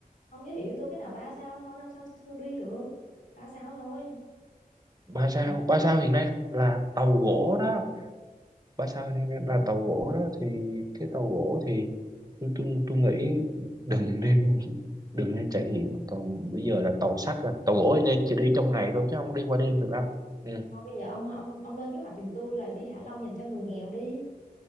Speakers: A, on the left; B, on the right.
A: ông giới thiệu cho tôi cái nào ba sao thôi năm sao tôi tôi đi được ba sao thôi
B: ba sao
A: Rồi,
B: ba sao hiện nay là tàu gỗ đó ba sao hiện nay là tàu gỗ đó thì cái tàu gỗ thì tôi tôi, tôi nghĩ đừng nên <laughs> đừng nên trải nghiệm còn bây giờ là tàu sắt rồi tàu gỗ thì nên chỉ đi trong ngày thôi chứ không có đi qua đêm được đâu ừ.
A: thôi bây giờ ông ông ông lên kế hoạch giùm tôi là đi Hạ Long dành cho người nghèo đi